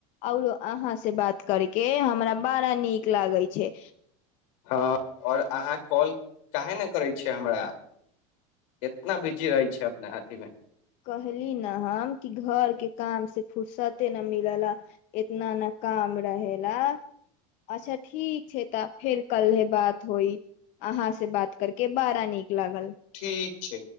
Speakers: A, on the left; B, on the left.
A: आउर अहाँ से बात करके हमरा बारा नीक लागै छै
B: हँ आओर अहाँ कॉल काहे ने करै छियै हमरा एतना बिजी रहै छै अपना अथी मे
A: कहली ने हम कि घर के काम से फुर्सते न मिल ल इतना न काम रहेला अच्छा ठीक छै फेर कल ह बात होई अहाँ से बात करके बारा न लागल
B: ठीक छै